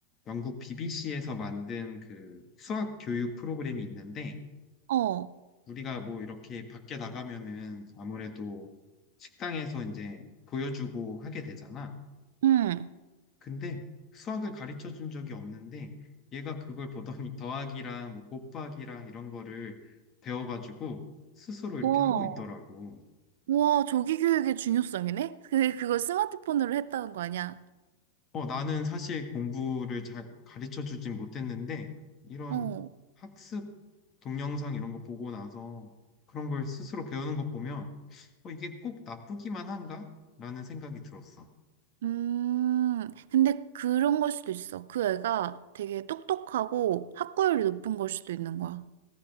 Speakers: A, on the left; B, on the right.
A: 영국 BBC에서 만든 그 수학 교육 프로그램이 있는데
B: 어,
A: 우리가 뭐 이렇게 밖에 나가면은 아무래도 식당에서 이제 보여주고 하게 되잖아.
B: 응.
A: 근데 수학을 가르쳐 준 적이 없는데 얘가 그걸 보더니 더하기랑 뭐 곱하기랑 이런 거를 배워가지고 스스로
B: 와,
A: 이렇게 하고 있더라고.
B: 와, 조기 교육의 중요성이네? <laughs> 그, 그걸 스마트폰으로 했다는 거 아니야?
A: 어, 나는 사실 공부를 잘 가르쳐 주진 못했는데, 이런
B: 어.
A: 학습 동영상 이런 거 보고 나서 그런 걸 스스로 배우는 거 보면, 어, 이게 꼭 나쁘기만 한가? 라는 생각이 들었어.
B: 음, 근데 그런 걸 수도 있어. 그 애가 되게 똑똑하고 학구열이 높은 걸 수도 있는 거야.